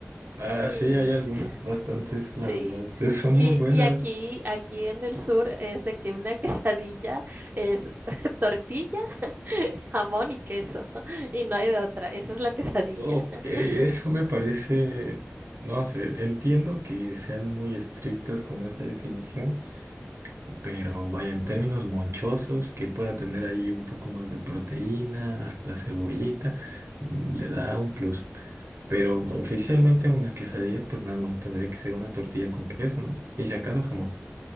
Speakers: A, on the right; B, on the right.
A: ah,
B: Y,
A: sí, hay algunas,
B: <laughs>
A: bastantes, la
B: sí.
A: verdad. <laughs> Son
B: Y,
A: muy buenas.
B: y aquí, aquí en el sur es de que una quesadilla es <laughs> tortilla, jamón y queso, <laughs> y no hay de otra. Esa es la quesadilla.
A: Ok, eso
B: <laughs>
A: me parece, no sé, entiendo que sean muy estrictos con esa definición. Pero vaya, en términos monchosos, que pueda tener ahí un poco más de proteína, hasta cebollita, mm, le da un plus. Pero oficialmente una quesadilla, pues nada más tendría que ser una tortilla con queso, ¿no? Y si acaso jamón.